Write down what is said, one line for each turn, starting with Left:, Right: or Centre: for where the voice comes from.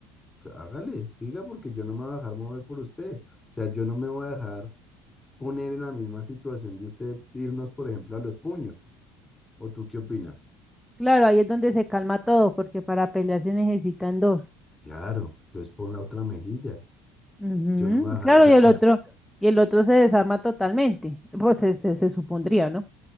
Left: o sea, hágale, diga porque yo no me voy a dejar mover por usted. O sea, yo no me voy a dejar poner en la misma situación de usted irnos, por ejemplo, a los puños. ¿O tú qué opinas?
Centre: Claro, ahí es donde se calma todo, porque para pelear se necesitan dos.
Left: Claro, entonces pon la otra mejilla.
Centre: Ujú,
Left: Yo no me voy a dejar
Centre: Claro,
Left: afectar.
Centre: y el otro, y el otro se desarma totalmente. Pues se, se- se supondría, ¿no?